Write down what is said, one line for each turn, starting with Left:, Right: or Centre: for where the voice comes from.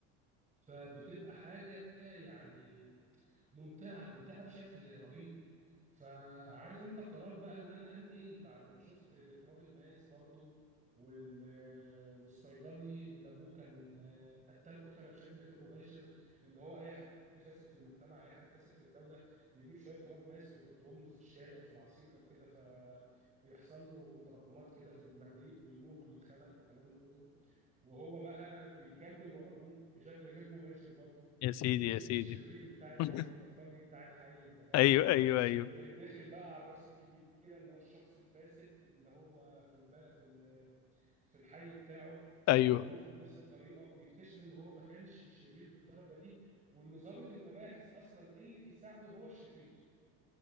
Right: فبتبقى حاجه يعني ممتعه ممتعه بشكل رهيب فعارف انت قرار بقى ان انا انقل بعد ما شفت تراب الماس برضو وال والصيدلي اللي ابوه كان آه، قتال قتله بشكل غير مباشر ان هو اي حد فاسد في المجتمع اي حد فاسد في الدوله بيجيب شويه تراب ماس ويحطهم له في الشاي او في العصير او كده فبيحصل له تراكمات كده في المريء ويموت ويتخنق الكلام ده كله وهو بقى بيكمل ورا ابوه بشكل غير مباشر برضه
Left: يا سيدي
Right: وبيقتل
Left: يا سيدي
Right: الشرير بتاع الحي
Left: <laughs>
Right: البلطجي بتاع الحي انت فاهم
Left: ايوه ايوه ايوه
Right: وداخل بقى على الراس الكبيره اللي هو الشخص الفاسد اللي هو في الب... في ال... في الحي بتاعه
Left: ايوه
Right: وموته بنفس الطريقه ويكتشف ان هو ما كانش شرير بالدرجه دي وان ضابط المباحث اصلا اللي بيساعده هو الشرير